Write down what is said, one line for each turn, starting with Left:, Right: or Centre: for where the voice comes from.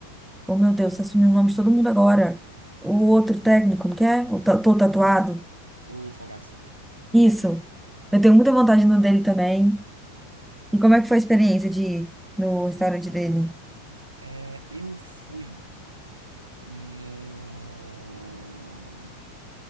Centre: Oh, meu Deus, você assumiu o nome de todo mundo agora. O outro técnico, como que é? O ta- Tô Tatuado.
Right: O Fogaça.
Centre: Isso. Eu tenho muita vontade no dele também. E como é que foi a experiência de ir no restaurante dele?
Right: É, eu fui. no,